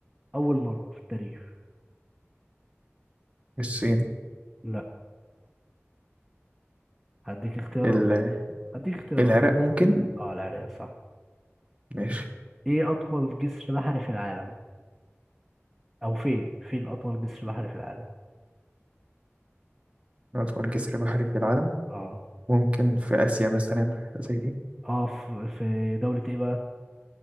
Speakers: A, in the centre; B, on the right (about 25°).
A: أول مرة في التاريخ
B: الصين
A: لا هديك اختيارات
B: ال-
A: هديك اختيارات
B: العراق ممكن
A: اه العراق صح
B: ماشي
A: ايه اطول جسر بحري في العالم او فين فين اطول جسر بحري في العالم
B: أطول جسر بحري في العالم
A: اه
B: ممكن في آسيا مثلا حاجة زي دي
A: اه في في دولة ايه بقى